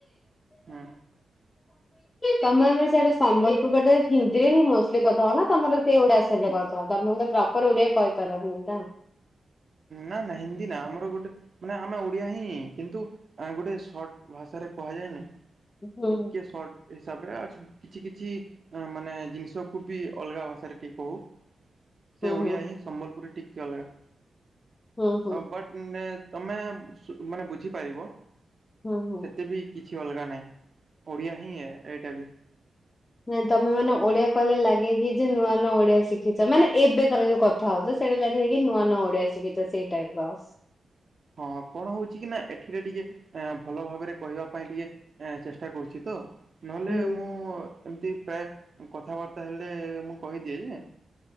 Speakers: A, on the right; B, on the left.
A: ହୁଁ।
B: ତମର ସିଆଡେ ସମ୍ବଲପୁରଟେ ହିନ୍ଦୀରେ ହଁଷ୍ଟ କଥା ହବ ନା ତମର ସେ ଗୋଟେ ଆସିଲେ କଥା। ତପ ତ ପ୍ରପର ଓଡିଆ କହିପାରନି ତ
A: ନା ନା ହିନ୍ଦୀ ନା ଆମର ଗୋଟେ ମାନେ ଆମେ ଓଡିଆ ହିଁ କିନ୍ତୁ ଗୋଟେ ସର୍ଟ ଭାଷାରେ କୁହାଯାଏନାଇଁ
B: ହୁଁ
A: ଟିକେ ସର୍ଟ ହିସାବ ରେ ଆ କିଛି କିଛି ମାନେ ଜିନିଷକୁ ବି ଅଲଗା ଭାଷାରେ ଟିକେ କହୁ ସେ ଓଡିଆ
B: ହୁଁ।
A: ହିଁ ସମ୍ବଲପୁରରେ ଟିକେ ଅଲଗା
B: ହୁଁ ହୁଁ
A: ବଟ୍ ତମେ ମାନେ ବୁଝିପାରିବ
B: ହୁଁ ହୁଁ।
A: ସେତେ ବି କିଛି ଅଲଗା ନାହିଁ ଓଡ଼ିଆ ହିଁ ଏଇଟା ବି
B: ନାଇଁ ତମେ ମେ ଓଡିଆ କହିଲେ ଲାଗେ କି ଯେ ନୂଆ ନୂଆ ଓଡିଆ ଶିଖିଛ, ମାନେ ଏବେ ତମେ ଯୋଉ କ କଥା ହଉଛ ସେଇଟା ଲାଗେ କି ନୂଆ ନଆ ଓଡିଆ ଶିଖିଛ ସେଇ ଟାଇପ ର
A: ହଁ କଣ ହଉଛି କି ନା ଏଠିରେ ଟିକେ ଭଲ ଭାବରେ କହିବା ପାଇଁ ଟିକେ ଆ ଚେଷ୍ଟା କରୁଛି ତ ନହେଲେ
B: ହୁଁ
A: ମୁଁ ଏମତି ପ୍ରାୟ କଥାବାର୍ତ୍ତା ହେଲେ ମୁଁ କହିଦିଏ ଯେ